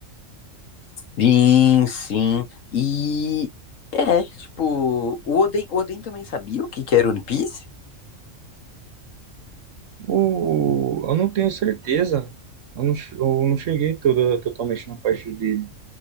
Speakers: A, on the left; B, on the right.
A: Sim, sim. E é, tipo, o Oden, o Oden também sabia o que que era One Piece?
B: O, eu não tenho certeza. Eu não, che- eu não cheguei toda, totalmente na parte dele.